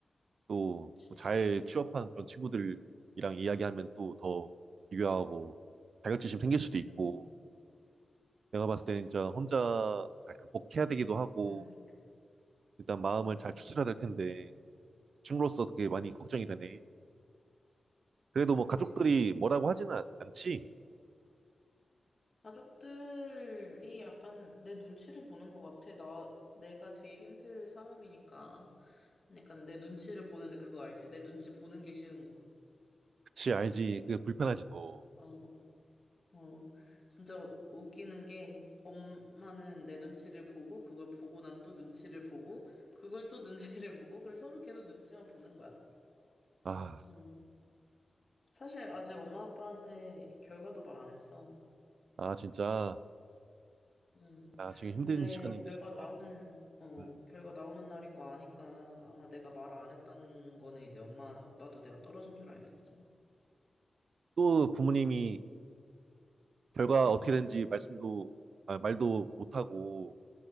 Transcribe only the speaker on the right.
또
뭐 잘 취업한 그런 친구들이랑 이야기하면 또 더 비교하고 자격지심 생길 수도 있고
내가
봤을 때 진짜 혼자 잘 극복해야 되기도 하고
일단 마음을
잘 추스려야 될 텐데 친구로서 그게 많이 걱정이 되네. 그래도 뭐 가족들이
뭐라고 하지는 않- 않지?
그치, 알지. 그게 불편하지도.
아,
아, 진짜.
야, 지금 힘든
시간인데,
진짜.
음.
또 부모님이 결과
어떻게 되는지 말씀도, 아, 말도 못하고